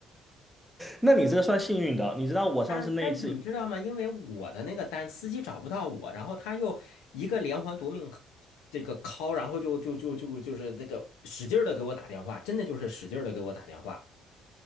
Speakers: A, in the centre; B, on the left.
A: 那你这个算幸运的，你知道我上次那一次
B: 但但是你知道吗？因为我的那个单，司机找不到我，然后他又一个连环夺命 c- 这个 call，然后就就就就就是那个使劲的给我打电话，真的就是使劲的给我打电话。